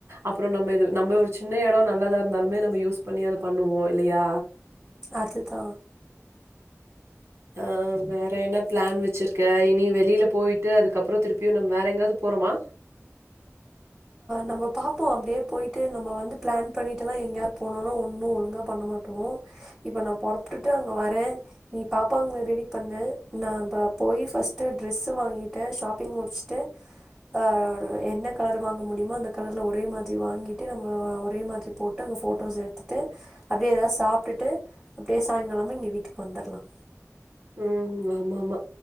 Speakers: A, on the right; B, on the right.
A: அப்றம் நம்ம நம்ம ஒரு சின்ன இடம் நல்லதா இருந்தாலுமே நம்ம யூஸ் பண்ணி அதை பண்ணுவோ இல்லையா
B: அதுதா
A: ஆஹ் வேற என்ன பிளான் வச்சிருக்கே இனி வெளியில போயிட்டு அதுக்கப்றம் திருப்பியு நம்ம வேற எங்காவது போறோமா
B: நம்ம பாப்போம் அப்டியே போயிட்டு நம்ம வந்து பிளான் பண்ணிட்டுல்லாம் எங்கேயாவது போனுனா ஒன்னு ஒழுங்கா பண்ண மாட்டோம் இப்போ நான் பொறப்டுட்டு அங்க வரேன் நீ பாப்பாங்கள ரெடி பண்ணு நான் நம்ப போய் ஃபர்ஸ்ட் ட்ரெஸ்ஸு வாங்கிட்டு ஷாப்பிங் முடிச்சுட்டு அ என்ன கலர் வாங்க முடியுமா அந்த கலர்ல ஒரே மாதிரி வாங்கிட்டு நம்ம ஒரே மாதிரி போட்டு அங்கே போட்டோஸ் எடுத்துட்டு அப்டியே ஏதாவது சாப்டுட்டு அப்டியே சாயங்காலமாக இங்க வீட்டுக்கு வந்துடலாம்
A: உஹம் ஆமா ஆமா